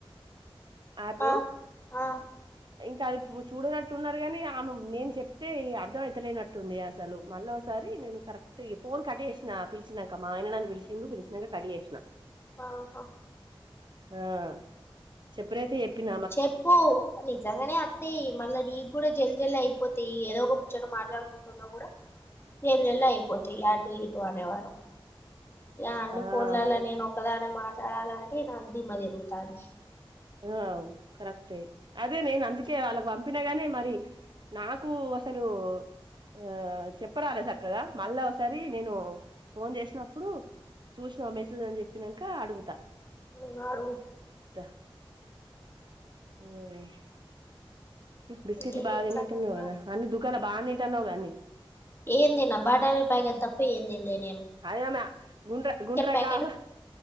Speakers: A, on the right; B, on the left.
A: ఆగు.
B: ఆ ఆ
A: ఇంకా అవిట్ము చూడనట్టున్నారు గాని ఆమె మేం చేప్తే అర్థం అయితలేనట్. ఉంది అసలు మళ్ళోసారి నేను కరెక్ట్ జీప్ ఫోన్ కటే చేశ్నా పిలిచినాక మా ఆయన్న నన్ను పిలిచిండు పిలిచినాంక. కట్ చేసిన.
B: ఆహా.
A: ఆహ్ చెప్పునైతే చెప్పిన.
B: చెప్పు నిజంగానే అత్తాయి మళ్ళా నీక్ గూడా జల్ జల్లి అయిపోతాయి ఏదో. కూర్చొని మాట్లాడుకుంటున్నా కూడా. వేల్వెళ్ళ అయిపోతై ఆటు ఇటు అనేవరకు. ఇగా అన్ని
A: ఆ
B: ఫోన్లలా నేను ఒకదానే మాట్లాడాలాంటే నా దిమ్మ దిరుగుతాంది.
A: అవ్ కరెక్టే అదే నేన్ అంద్. కే వాళ్ళక్ పంపినగానీ మరి నాకు అసలు. ఆహ్ చెప్పరాలే సక్కగా మళ్ళా ఒసారి నేను ఫోన్ జెసినప్పుడు. చూషినావ మెసేజ్ అని చెప్పినంకా అడుగుతా.
B: ఉమ్ అడుగు.
A: దా ఉమ్ బిస్కెట్లు
B: ఇంకా
A: బాగా
B: ఏం
A: తినట్టున్నావు
B: సంగతి మరి
A: గదా అన్ని దుకాంల బాగా దింటాన్నావ్ గా అన్ని
B: ఏం దిన్న బాటాని ప్యాకెట్ దప్ప ఏం దిన్లేద్
A: అయన గుండ్ర గుండ్రగావ్.
B: ప్యాకెట్